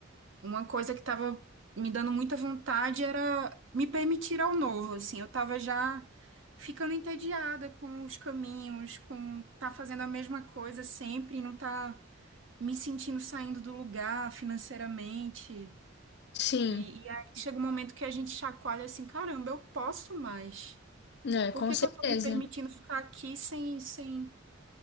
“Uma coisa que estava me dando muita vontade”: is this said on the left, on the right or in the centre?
Right